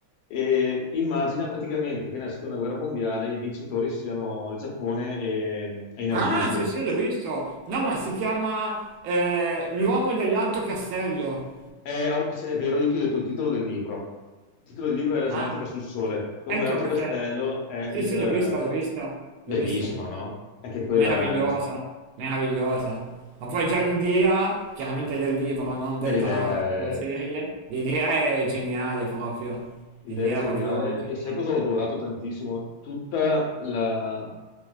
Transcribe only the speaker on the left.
E immagina praticamente che nella seconda guerra mondiale i vincitori siano il Giappone e, e i nazisti.
È, se è vero, io ti ho detto il titolo del libro. Il titolo del libro è La svastica
sul sole. Come
l'Alto
Castello è
il...
eh,
Bellissimo,
no? Anche quella
eh,
è l'idea
eh,
L'idea
è geniale
e sai cosa ho adorato tantissimo? Tutta la-